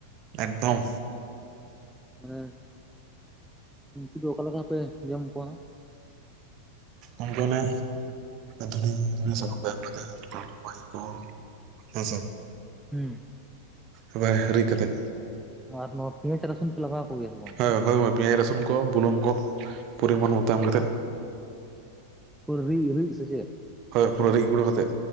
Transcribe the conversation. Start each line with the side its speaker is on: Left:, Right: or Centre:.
Right: ᱮᱠᱫᱚᱢ᱾
Centre: ᱢᱟᱱᱮ, ᱩᱱᱠᱩ ᱫᱚ ᱚᱠᱟ ᱞᱮᱠᱟ ᱯᱮ ᱡᱚᱢ ᱠᱚᱣᱟ?
Right: ᱚᱱᱠᱩ ᱚᱱᱮ ᱫᱷᱩᱲᱤ ᱫᱷᱲᱤᱭᱟᱹ ᱫᱟᱠᱟᱢ ᱠᱚ ᱮᱢ ᱠᱟᱛᱮ, <unintelligible> ᱦᱮᱸ ᱥᱮ᱾
Centre: ᱦᱩᱸ᱾
Right: ᱚᱵᱟᱭ ᱦᱤᱨᱤᱡ ᱠᱟᱛᱮᱜ᱾
Centre: <unintelligible> ᱯᱮᱸᱭᱟᱡᱽ ᱨᱟᱥᱩᱱ ᱯᱮ ᱞᱟᱜᱟᱣᱟᱠᱚ ᱜᱮᱭᱟᱥᱮ ᱵᱟᱝ?
Right: ᱦᱳᱭ ᱦᱳᱭ ᱢᱳᱭ ᱯᱮᱸᱭᱟᱡᱽ ᱨᱟᱹᱥᱩᱱ ᱠᱚ, ᱵᱩᱞᱩᱝ ᱠᱚ ᱯᱚᱨᱤᱢᱟᱱ ᱢᱚᱛ ᱮᱢ ᱠᱟᱛᱮᱫ,
Centre: ᱠᱩᱲᱵᱷᱤ ᱩᱨᱤᱡ ᱥᱮ ᱪᱮᱫ?
Right: ᱦᱳᱭ ᱯᱩᱨᱟᱹ ᱨᱤᱫ ᱜᱩᱱᱰᱟᱹ ᱠᱟᱛᱮᱫ᱾